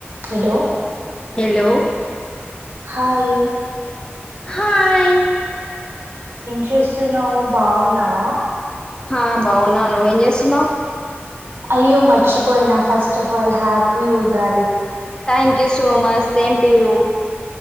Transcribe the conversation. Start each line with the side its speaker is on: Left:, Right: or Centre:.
Right: Hello
Left: hello
Right: hi
Left: hi
Right: చేస్తున్నావ్ బావున్నావా
Left: ఆ బాగున్నాను నువ్వేం చేస్తున్నావ్
Right: అయ్యో మర్చిపోయినా ఫస్ట్ ఆఫ్ ఆల్ హ్యాపీ ఉగా
Left: thank you so much same to you